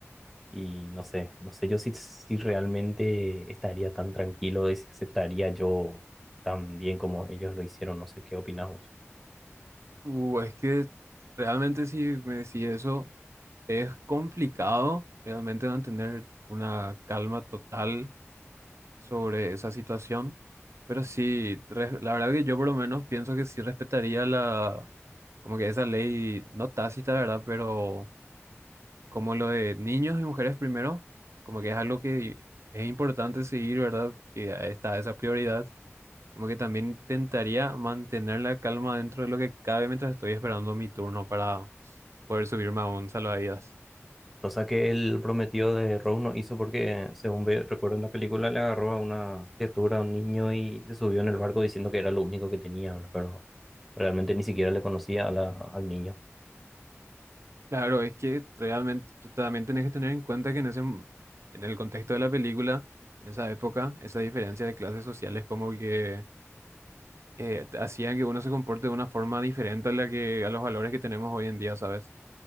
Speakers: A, in the centre; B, on the right.
A: y no sé, no sé yo si, si realmente estaría tan tranquilo y si aceptaría yo tan bien como ellos lo hicieron, no sé qué opinas vos.
B: Uh, es que realmente si me decís eso, es complicado realmente mantener una calma total sobre esa situación, pero sí, res- la verdad que yo por lo menos pienso que sí respetaría la, como que esa ley, no tácita, ¿verdad? Pero como lo de niños y mujeres primero, como que es algo que es importante seguir, ¿verdad? Que ahí está esa prioridad, como que también intentaría mantener la calma dentro de lo que cabe mientras estoy esperando mi turno para poder subirme a un salvavidas.
A: Cosa que el prometido de Rose no hizo porque, según ve, recuerdo en la película, le agarró a una criatura, a un niño, y se subió en el barco diciendo que era lo único que tenía, ¿verdad? Pero realmente ni siquiera le conocía a la- al niño.
B: Claro, es que realmente también tenés que tener en cuenta que en ese, m- en el contexto de la película, en esa época, esa diferencia de clases sociales como que eh, t- hacían que uno se comporte de una forma diferente a la que, a los valores que tenemos hoy en día, ¿sabes?